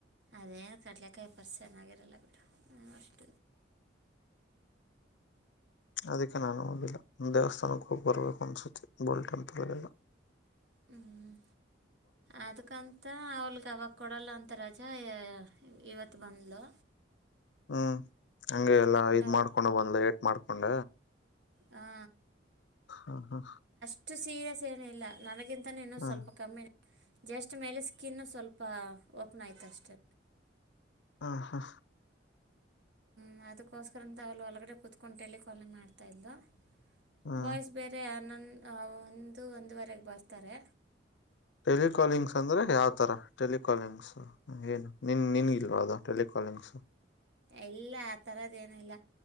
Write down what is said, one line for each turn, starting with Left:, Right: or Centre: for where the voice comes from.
Right: ಅದೇ ಕಡ್ಲೆಕಾಯಿ ಪರ್ಸ್ ಚೆನ್ನಾಗಿರಲ್ಲ ಬಿಡು ಅಷ್ಟ
Left: ಅದಕ್ಕೆ ನಾನು ಹೋಗಿಲ್ಲ ಒ ದೇವಸ್ಥಾನಕ್ಕೆ ಹೋಗ್ ಬರ್ಬೇಕು ಅನ್ಸತಿ ಗೋಲ್ಡ್ ಟೆಂಪುಲ್ಗಳಲ್ಲ
Right: ಹ್ಮ್ ಅದ್ಕಂತ ಅವಳಗ ಅವ ಕೊಡಲ್ಲ ಅಂತ ರಜಾ ಇವತ್ತು ಬಂದಲು
Left: ಹ್ಮ್ ಹಗೆ ಎಲ್ಲಾ ಇದ್
Right: ಅಲ್ಲು
Left: ಮಾಡ್ಕೊಂಡ ಬಂದ್ ಏಟ್ ಮಾಡ್ಕೊಂಡ
Right: ಹಾ
Left: ಹ್ಮ ಹಾ
Right: ಅಷ್ಟು ಸೀರಿಯಸ್ ಏನೂ ಇಲ್ಲ ನನಗಿಂತ ಇನ್ನು
Left: ಹ
Right: ಸ್ವಲ್ಪಮ್ಮಿ ಜಸ್ಟ್ ಮೇಲೆ ಸ್ಕಿನ್ ಸ್ವಲ್ಪ ಓಪನ್ ಆಯ್ತ ಅಷ್ಟೆ
Left: ಹಾ ಹಾ
Right: ಹ ಅದಕ್ಕೋಸ್ಕರಂತ ಅವಲ್ಲಿ ಒಳಗಡೆ ಕುೂತ್ಕಂಟಿ ಕೊಲೆ ಮಾಡ್ತಾ ಇದವು
Left: ಹಾ
Right: ಬಾಯ್ಸ್ ಬೇರೆ ಆನಂದ ಆ..... ಒಂದು ಒಂದೂವರೆಗೆ ಬರುತ್ತಾರೆ.
Left: ಟೆಲಿಕಾಲಿಂಗ್ಸ್ ಅಂದ್ರೆ ಯಾವ್ತರ ಟೆಲಿಕಾಲಿಂಗ್ಸ್ ಏನು ನಿನ್ ನಿನ್ಗಿಲ್ವಾ ಅದು ಟೆಲಿಕಾಲಿಂಗ್ಸ
Right: ಎಲ್ಲ ಆ ತರದ ಏನಿಲ್ಲ